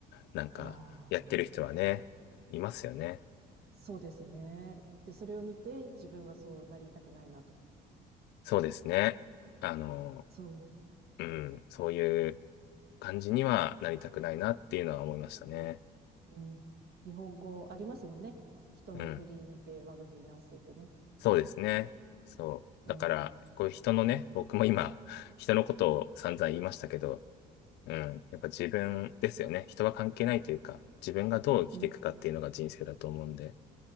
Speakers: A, on the left (about 80°); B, on the right (about 70°).
A: なんか、
B: ああ、
A: やってる人はね、いますよね。
B: そうですね。で、それを見て、自分はそうなりたくないなと。
A: そうですね。あの、
B: そう。
A: うん、そういう感じにはなりたくないなっていうのは思いましたね。
B: うん。日本語ありますもんね。人の振り見て我が振り直せってね。
A: うん、そうですね。そう。
B: うん。
A: だから、こういう人のね、僕も今、人のことを散々言いましたけど、うん、やっぱ自分ですよね。人は関係ないというか、自分がどう生きていくかっていうのが人生だと思うんで、
B: うん。